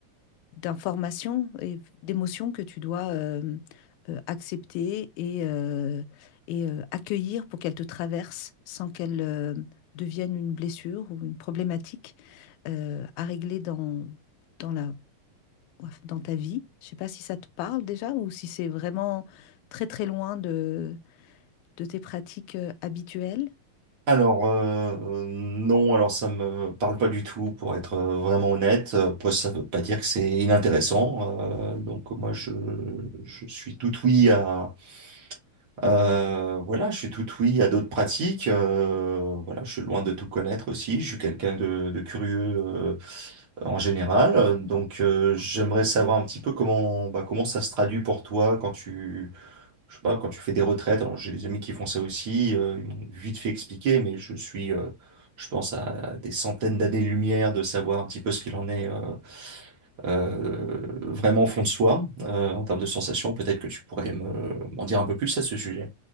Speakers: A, on the left (about 85°); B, on the right (about 55°).
A: d'informations et d'émotions que tu dois euh, euh, accepter et, euh, et euh, accueillir pour qu'elles te traversent sans qu'elles euh, deviennent une blessure ou une problématique euh, à régler dans, dans la, enfin, dans ta vie. Je ne sais pas si ça te parle déjà ou si c'est vraiment très très loin de, de tes pratiques euh, habituelles.
B: Alors euh, euh, non, alors ça me parle pas du tout, pour être euh, vraiment honnête. Euh, Après, ça veut pas dire que c'est inintéressant. euh, donc moi, je, je suis tout oui à. Euh, voilà, je suis tout oui à d'autres pratiques. euh, voilà, je suis loin de tout connaître aussi. Je suis quelqu'un de, de curieux euh, en général. Euh, Donc, euh, j'aimerais savoir un petit peu comment, bah, comment ça se traduit pour toi quand tu, je sais pas, quand tu fais des retraites. Alors, j'ai des amis qui font ça aussi. euh, ils m'ont vite fait expliquer, mais je suis, euh, je pense, à des centaines d'années-lumière de savoir un petit peu ce qu'il en est. euh, euh, vraiment au fond de soi, euh, en termes de sensations. Peut-être que tu pourrais me, m'en dire un peu plus à ce sujet.